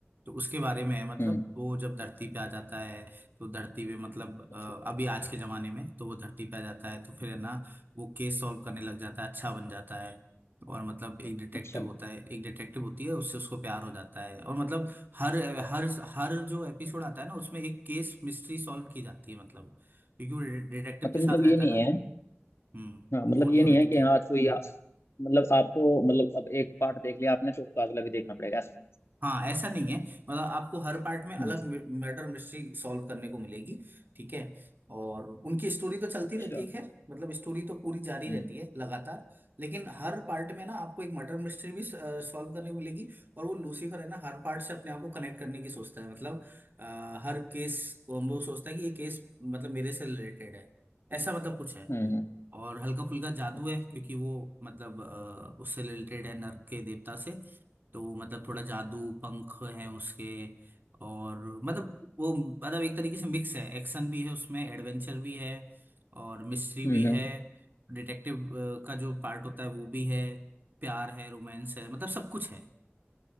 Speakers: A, on the right; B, on the left.
A: तो उसके बारे में है मतलब
B: हम्म
A: वो जब धरती पे आ जाता है तो धरती पे मतलब
B: अच्छा
A: अ, अभी आज के जमाने में तो वो धरती पे आ जाता है तो फिर
B: हम्म,
A: है ना वो केस सॉल्व करने लग जाता है अच्छा बन जाता है और मतलब एक डिटेक्टिव
B: अच्छा
A: होता है एक डिटेक्टिव होती है उससे उसको प्यार हो जाता है और मतलब हर हर हर जो एपिसोड आता है ना उसमें एक केस मिस्ट्री सॉल्व की जाती है मतलब क्योंकि वो डिटेक्टिव
B: अच्छा
A: के साथ
B: मतलब
A: रहता
B: ये नहीं
A: है ना
B: है
A: हम्म
B: हाँ मतलब
A: बोर
B: ये
A: नहीं होने
B: नहीं है
A: देती
B: कि हाँ आज कोई आ, मतलब आपको मतलब अब एक पार्ट देख लिया आपने तो उसका अगला भी देखना पड़ेगा ऐसा नहीं है।
A: हाँ ऐसा नहीं है मतलब आपको हर पार्ट में अलग
B: हम्म
A: मर्डर मिस्ट्री सॉल्व करने को मिलेगी ठीक है और उनकी स्टोरी तो चलती
B: अच्छा
A: रहती है खैर मतलब स्टोरी तो पूरी जारी
B: हम्म
A: रहती है लगातार लेकिन हर पार्ट में ना आपको एक मर्डर मिस्ट्री भी सॉल्व करने को मिलेगी और वो लूसीफर है ना हर पार्ट से अपने आप को कनेक्ट करने की सोचता है मतलब अ, हर केस वो सोचता है कि ये केस मतलब मेरे से रिलेटेड है ऐसा मतलब कुछ है
B: हम्म हम्म,
A: और हल्का फुल्का जादू
B: अच्छा
A: है क्योंकि वो मतलब अ, उससे रिलेटेड है नर्क के देवता से तो वो मतलब थोड़ा जादू पंख है उसके और मतलब वो मतलब एक तरीके से मिक्स है एक्शन भी है उसमें एडवेंचर भी है और मिस्ट्री
B: हम्म।
A: भी है
B: हम्म।
A: डिटेक्टिव का जो पार्ट होता है वो भी है प्यार है रोमांस है मतलब सब कुछ है